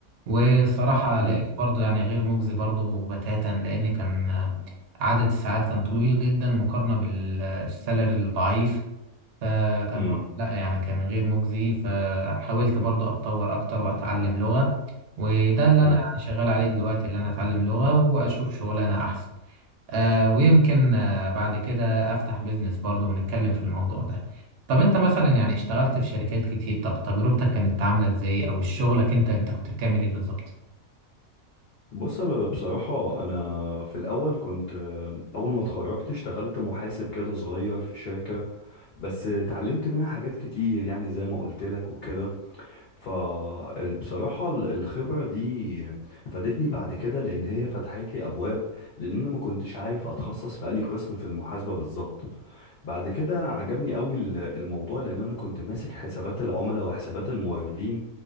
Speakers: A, on the right; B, on the left.
A: والصراحه
B: مم.
A: لقيت برضه يعني غير مجزي برضه بتاتا لان كان عدد الساعات كان طويل جدا مقارنه بالسالري الضعيف فكان
B: مم.
A: بق- لا يعني كان غير مجزي فحاولت برضو اتطور اكتر واتعلم لغة وده اللي
B: مم.
A: انا يعني شغال عليه دلوقتي اللي انا اتعلم لغة واشوف شغلانة احسن آه ويمكن آه بعد كده افتح بيزنس برضو ونتكلم في الموضوع ده طب انت مثلا يعني اشتغلت في شركات كتير طب تجربتك كانت عاملة ازاي او شغلك انت انت كنت بتعمل ايه بالظبط
B: بص بصراحة أنا في الأول كنت أول ما اتخرجت اشتغلت محاسب كده صغير في شركة بس اتعلمت منها حاجات كتير يعني زي ما قلت لك وكده فبصراحة الخبرة دي فادتني بعد كده لأن هي فتحت لي أبواب لأن أنا ما كنتش عارف أتخصص في أي قسم في المحاسبة بالظبط بعد كده عجبني قوي ال- الموضوع لان انا كنت ماسك حسابات العملاء وحسابات الموردين